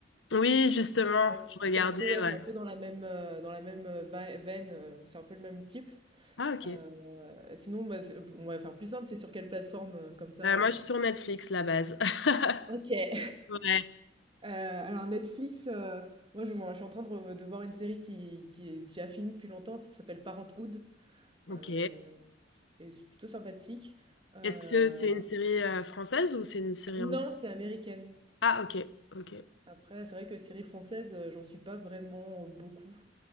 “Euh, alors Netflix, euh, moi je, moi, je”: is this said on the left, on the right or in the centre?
Right